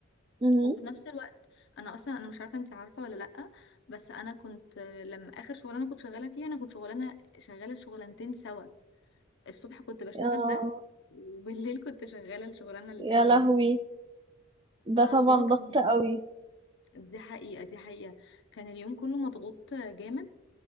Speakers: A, on the right; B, on the left.
A: امم
B: وفي نفس الوقت انا اصلا انا مش عارفه انت عارفه ولا لا بس انا كنت آه، لما اخر شغلانه كنت شغاله فيها انا كنت شغلانه شغاله شغلانتين سوا الصبح كنت بشتغل
A: اه
B: ده وبالليل كنت شغاله الشغلانه التانية
A: يا لهوي
B: دي فهو
A: ده طبعا ضغط
B: كان
A: قوي
B: دي حقيقه دي حقيقه كان اليوم كله مضغوط جامد